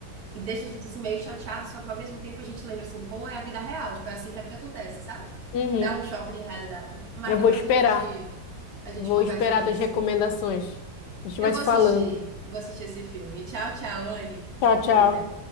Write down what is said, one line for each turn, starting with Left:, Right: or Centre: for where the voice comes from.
Right: e deixa a gente assim meio chateado, só que ao mesmo tempo a gente lembra assim, pô, é a vida real, tipo, é assim que a vida acontece, sabe?
Left: Uhum.
Right: Dá um choque de realidade. Mas
Left: Eu
Right: depois
Left: vou esperar.
Right: a gente a gente
Left: Vou
Right: conversa
Left: esperar
Right: disso.
Left: tuas recomendações. A gente
Right: Eu
Left: vai
Right: vou
Left: se
Right: assistir,
Left: falando.
Right: vou assistir esse filme. Tchau, tchau, Anne. Se
Left: Tchau,
Right: cuida.
Left: tchau.